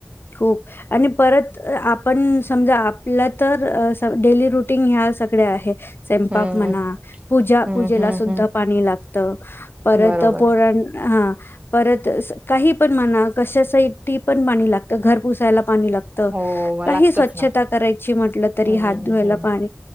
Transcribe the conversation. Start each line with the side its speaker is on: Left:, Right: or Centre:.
Left: खूप आणि परत पण समजा आपल्या तर डेली रुटीन ह्या सगळ्या आहेत. स्वयंपाक
Right: हं,
Left: म्हणा, पूजा
Right: हं,
Left: पूजेला
Right: हं,
Left: सुद्धा
Right: हं.
Left: पाणी लागत, परत
Right: बरोबर.
Left: पोरांना हा परत काही पण म्हणा कशासाठीही पाणी लागतं घर पुसायला पाणी लागत,
Right: हो,
Left: काही
Right: लागतंच
Left: स्वच्छता
Right: ना.
Left: करायची म्हटलं तरी
Right: हं,
Left: हात धुवायला
Right: हं.
Left: पाणी